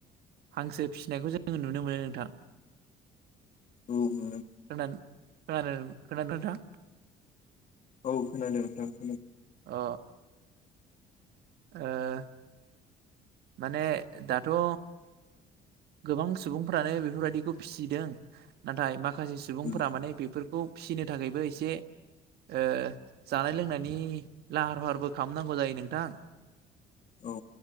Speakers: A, on the right; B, on the left.
A: हांसो फिसिनायखौ जोङो नुनो मोनो नोंथां
B: औ
A: खोनानो खोनान दे खोनादोना?
B: औ खोनादों नोंथां खोनादों
A: अ ओ माने दाथ' गोबां सुबुंफ्रानो बेफोरबायदिखौ फिसिदों नाथाय माखासे माखासे सुबुंफोरा
B: उम
A: माने बेफोरखौ फिसिनो थाखायबो एसे ओ जानाय लोंनायनि लाहार फाहारबो खालामनांगौ जायो नोंथां
B: औ